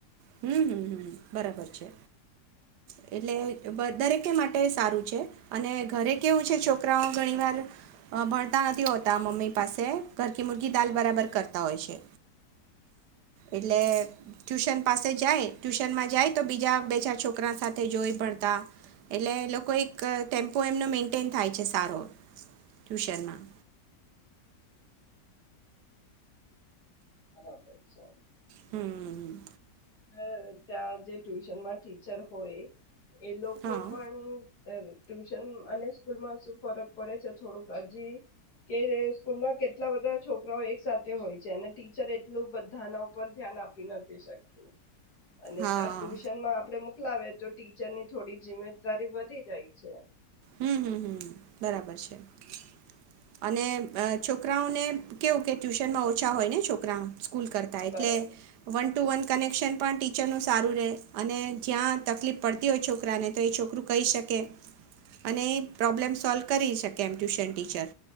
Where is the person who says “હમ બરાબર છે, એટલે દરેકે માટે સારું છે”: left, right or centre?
Right